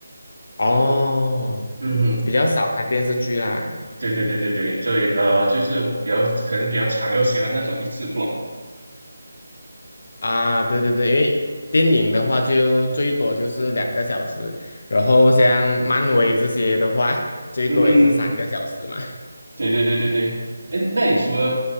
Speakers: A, on the left; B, on the right.
A: 哦，
B: 嗯哼，
A: 比较少看电视剧啦。
B: 对对对对对，所以呃，就是我比较可能比较强，又喜欢那种一次过。
A: 啊，对对对，因为电影的话就最多就是两个小时，然后像漫威这些的话，最多也是三个小时嘛。
B: 嗯哼，对对对对对。哎，那你除了